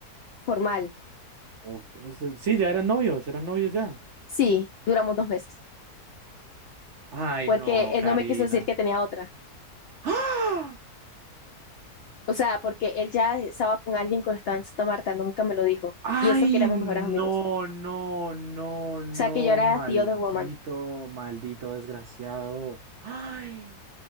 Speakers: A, on the left; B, on the right.
A: formal.
B: O- o sea, sí, ya eran novios, eran novios ya.
A: Sí, duramos dos meses,
B: Ay,
A: porque
B: no,
A: él
B: Karina.
A: no me quiso decir que tenía otra.
B: ¡Ah!
A: O sea, porque él ya estaba con alguien cuando estaba en Santa Marta, nunca me lo dijo.
B: Ay,
A: Y eso que éramos
B: no,
A: mejores amigos.
B: no, no, no,
A: O sea, que yo era
B: maldito,
A: tío de woman.
B: maldito desgraciado. Ay,